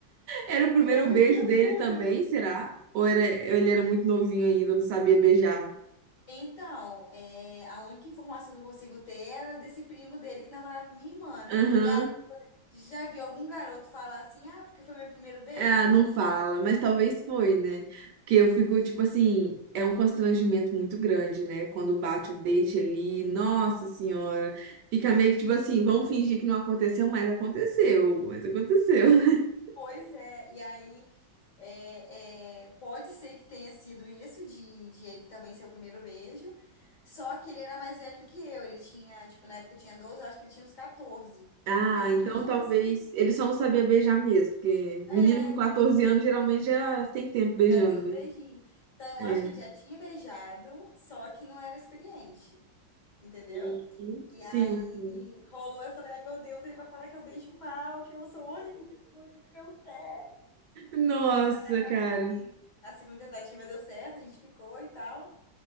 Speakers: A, on the right; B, on the left.
A: Era o primeiro
B: Eu
A: beijo
B: juro
A: dele
B: por
A: também,
B: Deus.
A: será? Ou era, ele era muito novinho ainda, não sabia beijar?
B: Então, é, a única informação que eu consigo ter era desse primo dele que namorava minha irmã, né?
A: Aham.
B: E garoto, já vi algum garoto falar assim, ah, porque foi meu primeiro beijo?
A: Ah, não fala, mas talvez foi, né? Porque eu fico, tipo assim, é um constrangimento muito grande, né? Quando bate o dente ali, nossa senhora, fica meio que tipo assim, vamos fingir que não aconteceu, mas aconteceu, mas aconteceu, né? <laughs>
B: Pois é, e aí é, é, pode ser que tenha sido isso de, de ele também ser o primeiro beijo, só que ele era mais velho do que eu, ele tinha, tipo, na época eu tinha 12. eu acho que ele tinha uns 14.
A: Ah,
B: E assim,
A: então
B: não
A: talvez
B: que isso se...
A: ele só não sabia beijar mesmo, porque menino
B: é,
A: com 14 anos geralmente já tem tempo beijando,
B: Já deu os
A: né?
B: beijinhos. Então,
A: É.
B: eu acho que ele já tinha beijado, só que não era experiente, entendeu?
A: Uhum.
B: E
A: Sim.
B: aí
A: sim.
B: rolou, eu falei, ai meu Deus, ele vai falar que eu beijo mal, que eu sou horrível, não sei o quê.
A: Nossa,
B: Acabou
A: cara.
B: que a segunda tentativa deu certo, a gente ficou e tal.